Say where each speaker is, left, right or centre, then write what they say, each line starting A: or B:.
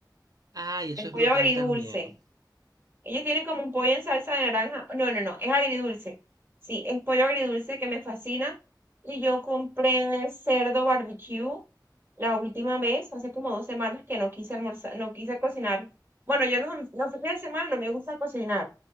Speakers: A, on the right (about 55°); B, on the right (about 30°).
A: Ay, eso
B: el pollo
A: es brutal
B: agridulce.
A: también.
B: Ellos tienen como un pollo en salsa de naranja. No, no, no, es agridulce. Sí, es pollo agridulce que me fascina. Y yo compré cerdo barbecue la última vez, hace como dos semanas que no quise almorzar, no quise cocinar. Bueno, yo no, los fines de semana no me gusta cocinar.